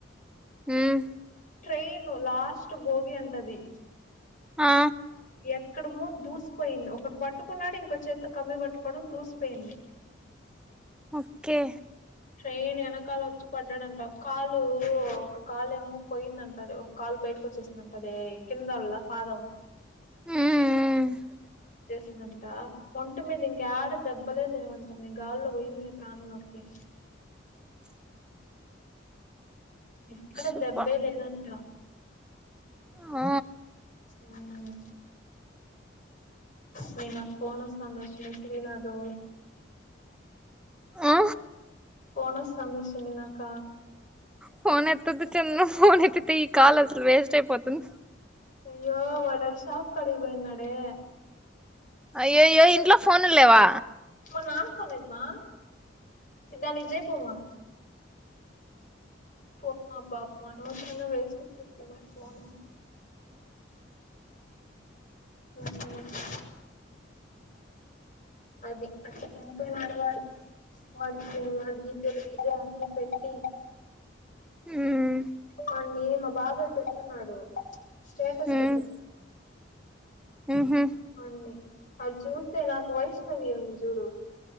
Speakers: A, in the centre; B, on the left.
A: ఉమ్
B: ట్రైను లాస్ట్ బోగి ఉంటది
A: ఆ
B: ఎక్కడము దూసిపోయింది ఒకటి పట్టుకున్నాడు ఇంకో చేత్తో కమ్మి పట్టుకోవడం దూసిపోయింది
A: ఓకే
B: ట్రైన్ వెనకాల వచ్చి పడ్డాడంట ఒక కాలు ఒక కాలు ఏమో పోయిందంట ఒక కాలు బయటకు వచ్చేసిందంట అది కిందళ్ళ పాదం
A: ఉమ్ మ్
B: చేసిందంట ఒంటి మీద ఇంకా యాడ దెబ్బలే లేవంట మే గాల్లో పోయింది మీ ప్రాణం మటుకి ఎక్కడ
A: సుబ్బ
B: దెబ్బే లేదంట
A: ఆ
B: ఉమ్ మీ నాకు పోనోస్తాంది మీ శ్రీనాదు
A: ఆ
B: పోనోస్తాంది చన్ని నాక
A: ఫోన్ ఎత్తొద్దు చిన్న ఫోన్ ఎత్తితే ఈ కాల్ అసలు వేస్ట్ అయిపోతుంది
B: అయ్యో వాడు ఆడ షాప్ కడికి పోయిన్నాడే
A: అయ్యోయ్యో ఇంట్లో ఫోనుల్ లేవా
B: మా నాన్న పోనేదమా ఇదానిదే పోమా పోమా పాపం అనవసరంగా వేస్ట్ <unintelligible> పోను మ్మ్ అ అది అచ్చటనకు నడువడు వాడికి నా డీటెయిల్ <unintelligible> అన్న పెట్టి
A: మ్మ్
B: కానీ మా బాబాయ్ పెట్టున్నాడు స్టేటస్
A: మ్మ్
B: పెట్
A: మ్హు
B: అండి అది చూస్తే నాకు వైష్ణవి ఉంది చూడు